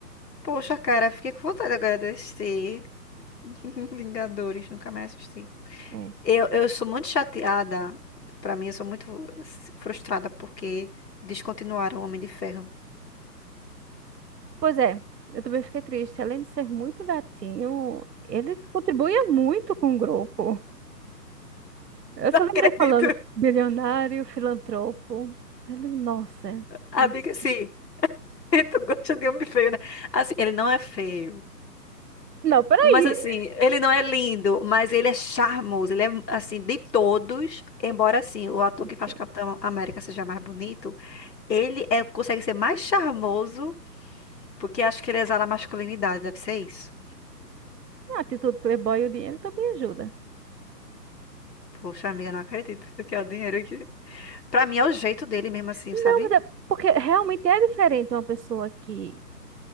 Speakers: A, on the left (about 80°); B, on the right (about 75°).
A: Poxa, cara, fiquei com vontade agora de assistir. <laughs> Vingadores, nunca mais assisti.
B: é.
A: Eu, eu sou muito chateada. Pra mim, eu sou muito frustrada porque descontinuaram o Homem de Ferro.
B: Pois é, eu também fiquei triste. Além de ser muito gatinho, ele contribuía muito com o grupo. Eu
A: <laughs> Não
B: só
A: acredito.
B: lembrei falando bilionário, filantropo. Eu digo, nossa.
A: Amiga,
B: que-
A: sim. <laughs> Tu gosta de homem feio, né? Assim, ele não é feio,
B: Não, peraí.
A: mas assim, ele não é lindo, mas ele é charmoso. Ele é, assim, de todos, embora assim, o ator
B: Ok.
A: que faz Capitão América seja mais bonito, ele é, consegue ser mais charmoso, porque acho que ele exala masculinidade, deve ser isso.
B: A atitude playboy e o dinheiro também ajuda.
A: Poxa, amiga, não acredito que é o dinheiro que... Pra mim é o jeito dele mesmo assim,
B: Não,
A: sabe?
B: mas é porque realmente é diferente uma pessoa que